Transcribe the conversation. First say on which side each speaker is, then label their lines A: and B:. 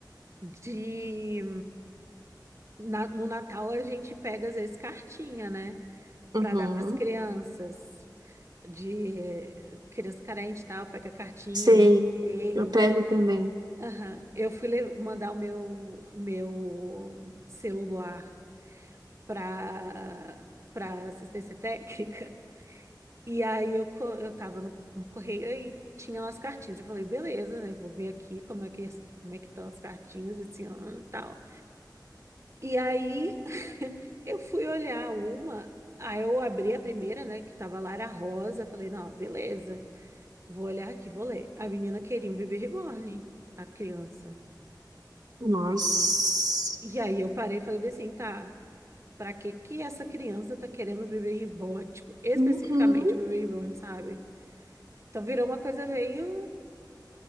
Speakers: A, on the right; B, on the right.
A: De na- no Natal a gente pega às vezes cartinha, né,
B: Uhum.
A: para dar para as crianças de criança carente e tal, pega cartinha
B: Sei.
A: no correio.
B: Eu pego também.
A: Aham. Eu fui le- mandar o meu meu celular para para assistência técnica. E aí eu, co- eu tava no, no correio e tinha lá as cartinhas. Eu falei, beleza, né? Vou ver aqui como é que, como é que estão as cartinhas esse ano e tal. E aí <laughs> eu fui olhar uma, aí eu abri a primeira, né? Que tava lá, era rosa. Eu falei, não, beleza, vou olhar aqui, vou ler. A menina queria um bebê reborn, a criança.
B: Nossa.
A: E, e aí eu parei e falei bem assim, tá. Pra que que essa criança tá querendo um bebê reborn? Tipo, especificamente
B: Uhum.
A: o bebê reborn, sabe? Então virou uma coisa meio.